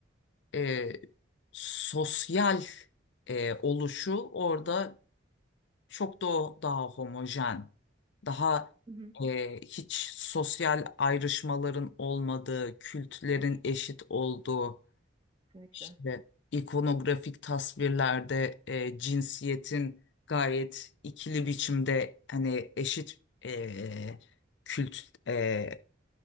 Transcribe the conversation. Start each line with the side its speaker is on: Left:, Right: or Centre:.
Left: e, sosyal e, oluşu orada çok da daha homojen, daha
Right: Hı hı.
Left: e, hiç sosyal ayrışmaların olmadığı, kültlerin eşit olduğu,
Right: Kesinlikle.
Left: İşte ikonografik tasvirlerde e, cinsiyetin gayet ikili biçimde hani eşit e, kült e,